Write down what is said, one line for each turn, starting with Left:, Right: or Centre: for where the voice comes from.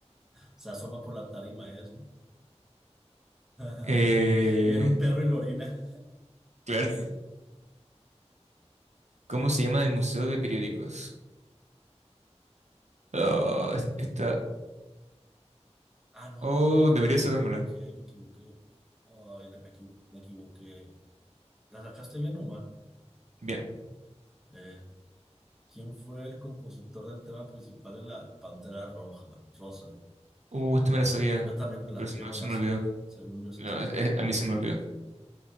Centre: Se asoma por la tarima, es, ¿no? <laughs>
Right: Eh,
Centre: Viene un perro y lo orina.
Right: claro. ¿Cómo se llama el Museo de Periódicos? Oh, es- está...
Centre: Ah, no,
Right: Oh, debería
Centre: me
Right: sabérmela.
Centre: equivoqué, me equivoqué. Ay, la- me equi- me equivoqué. ¿La sacaste bien o mal?
Right: Bien.
Centre: Eh, ¿quién fue el compositor del tema principal de la Pantera Roja? Rosa.
Right: Uh, esto me la sabía,
Centre: Yo también me la,
Right: pero se
Centre: yo
Right: me,
Centre: me
Right: se
Centre: la
Right: me
Centre: sé,
Right: olvidó.
Centre: según yo es
Right: No,
Centre: este.
Right: es- es- a mí se me olvidó.